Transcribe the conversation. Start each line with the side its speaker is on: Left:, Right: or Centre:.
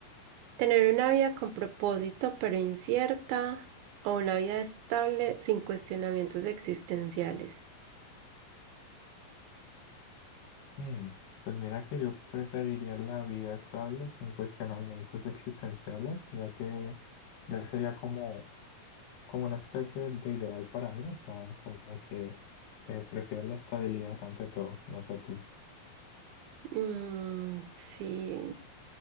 Right: tener una vida con propósito pero incierta o una vida estable sin cuestionamientos existenciales.
Left: Mm, Pues mira que yo preferiría la vida estable sin cuestionamientos existenciales, ya que ya sería como, como una especie de ideal para mí, o sea, como que eh, prefiero la estabilidad ante todo, no sé tú.
Right: Ujú. Mm, sí,